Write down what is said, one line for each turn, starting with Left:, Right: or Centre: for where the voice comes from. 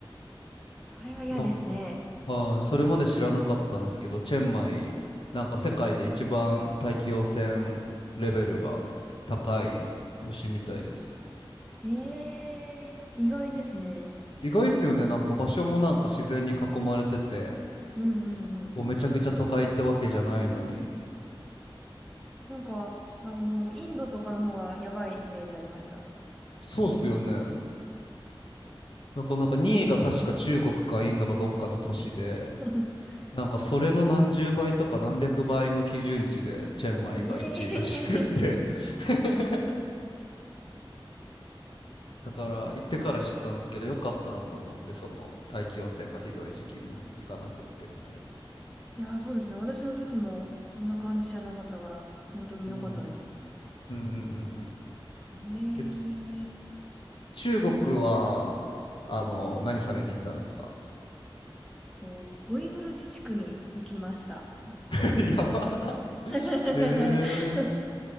Centre: それは嫌ですね。
Left: なんか、はい、それまで知らなかったんですけど、チェンマイ、なんか世界で一番大気汚染レベルが高い都市みたいです。
Centre: ええ、意外ですね。
Left: 意外っすよね。なんか場所もなんか自然に囲まれてて、
Centre: うんうんうん。
Left: こうめちゃくちゃ都会ってわけじゃないのに。
Centre: なんか、あの、インドとかの方がやばいイメージありました。
Left: そうっすよね。だからなんか2位が確か中国かインドかどっかの都市で、
Centre: <laughs>
Left: なんかそれの何十倍とか何百倍の基準値でチェンマイが1位らしくって。
Centre: ええ
Left: <laughs> だから行ってから知ったんですけど、よかったと思って、その大気汚染がひどい時期に行かなくってみたいな。
Centre: いやー、そうですね。私の時もそんな感じじゃなかったから、本当に良かったです。
Left: うんうんうん。うんうんうんうん。
Centre: へ
Left: えち
Centre: え。
Left: 中国は、あの、何されに行ったんですか
Centre: そう、ウイグル自治区に行きました。
Left: <laughs> やば。
Centre: <laughs>
Left: へえ。